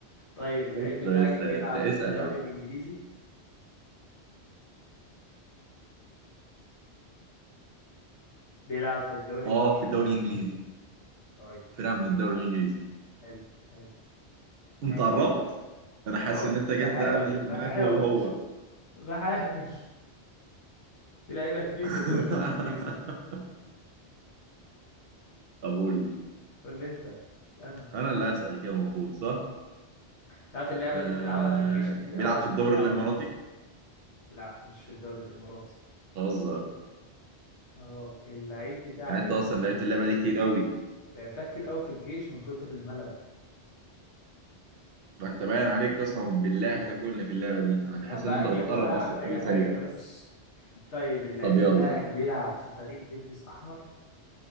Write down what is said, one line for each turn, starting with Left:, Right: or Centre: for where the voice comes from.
Left: طيب اللعيب
Right: لسه
Left: بتاعك
Right: لسه
Left: بيلعب
Right: لسه
Left: في
Right: اسال
Left: الدوري
Right: يا عم
Left: الانجليزي بيلعب في الدوري
Right: اه
Left: الانجليزي
Right: في الدوري الانجليزي
Left: طيب
Right: فرقه
Left: حلو
Right: من الدوري الانجليزي
Left: حلو حلو
Right: انت
Left: اه
Right: قربت انا حاسس
Left: اهو
Right: ان انت جت
Left: بحاول
Right: ده اللي في
Left: بحاول
Right: دماغي هو هو
Left: <laughs> بحاول في لعيبه كتير
Right: <laughs>
Left: في الدوري الانجليزي
Right: طب قول لي
Left: قول لي انت اسالني
Right: انا اللي هسال كده المفروض صح
Left: تعرف اللعبه
Right: آه...
Left: دي بنلعبها في الجيش كتير
Right: بيلعب
Left: قوي عشان
Right: في الدوري
Left: نضيع
Right: الاماراتي
Left: وقت لا مش في الدوري الاماراتي
Right: بتهزر
Left: اه اللعيب بتاعك
Right: يعني انت
Left: انت
Right: اصلا لعبت اللعبه دي كتير قوي
Left: لعبتها كتير قوي في الجيش من كتر الملل
Right: ده انت باين عليك قسما بالله هتاكلني في اللعبه دي انا
Left: يا
Right: حاسس
Left: عم
Right: ان
Left: اكلك
Right: انت بتقرب
Left: ولا هعمل
Right: اصلا
Left: اي
Right: كل
Left: حاجه
Right: ثانيه
Left: بس <laughs> طيب اللعيب
Right: طب يلا
Left: بتاعك بيلعب في فريق بيلبس احمر